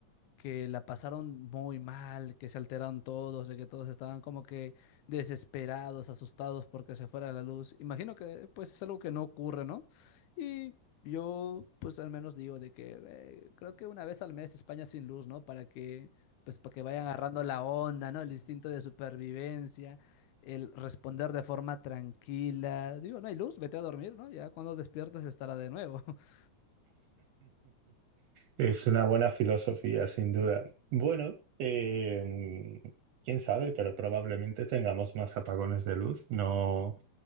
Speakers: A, on the left; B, on the right.
A: que la pasaron muy mal, que se alteraron todos, de que todos estaban como que desesperados, asustados porque se fuera la luz. Imagino que pues es algo que no ocurre, ¿no? Y yo pues al menos digo de que eh, creo que una vez al mes España sin luz, ¿no? Para que pues para que vayan agarrando la onda, ¿no? El instinto de supervivencia, el responder de forma tranquila. Digo, no hay luz, vete a dormir, ¿no? Ya cuando despiertes estará de nuevo. <laughs>
B: Es una buena filosofía, sin duda. Bueno, eh, quién sabe, pero probablemente tengamos más apagones de luz. No,